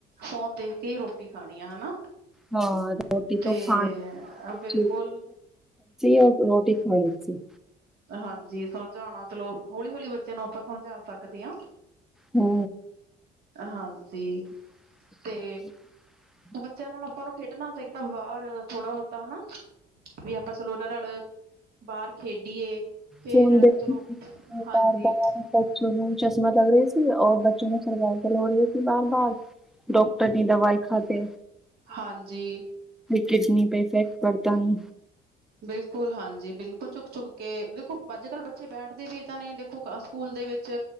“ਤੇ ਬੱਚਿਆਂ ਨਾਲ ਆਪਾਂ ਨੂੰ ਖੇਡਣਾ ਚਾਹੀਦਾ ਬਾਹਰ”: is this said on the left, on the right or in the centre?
Right